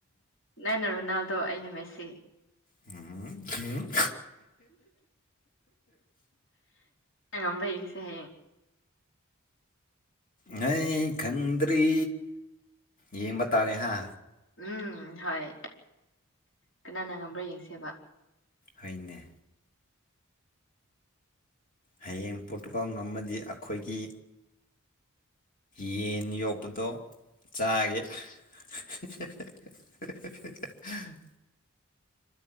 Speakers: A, on the left (about 60°); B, on the left (about 40°).
A: ꯅ ꯅ ꯅ ꯔꯣꯅꯥꯜꯗꯣ ꯑꯩꯅ ꯃꯁꯤ
B: ꯎꯝꯝ
A: ꯉꯝꯕ꯭ꯔꯌꯦꯡꯁꯦ ꯍꯌꯦꯡ
B: ꯅ ꯈꯪꯗ꯭ꯔꯤ ꯌꯦ ꯇꯥꯔꯦ ꯍꯥ
A: ꯎꯝ ꯍꯣꯏ ꯀꯅꯥꯅ ꯉꯝꯕ꯭ꯔꯥ ꯌꯦꯡꯁꯦꯕ
B: ꯍꯅꯦ ꯍꯌꯦꯡ ꯄꯣꯔꯇꯨꯒꯜꯝ ꯑꯃꯗꯤꯗꯤ ꯑꯩꯈꯣꯏꯒꯤ ꯌꯦꯟ ꯌꯣꯛꯄꯗꯣ ꯆꯥꯒꯦ <unintelligible>